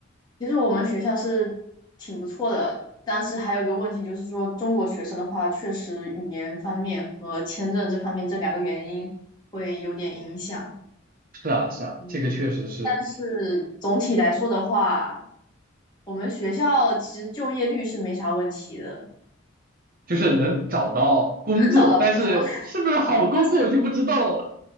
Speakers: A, on the left; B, on the right.
A: 其实我们学校是挺不错的，但是还有一个问题就是说，中国学生的话，确实语言方面和签证这方面这两个原因会有点影响。
B: 是啊是啊，
A: 嗯，
B: 这个确实是，
A: 但是总体来说的话，我们学校其实就业率是没啥问题的，
B: 就是能找到工作，
A: 能找到工作。
B: 但是是不是好工作就不知道了。
A: <laughs> 但是。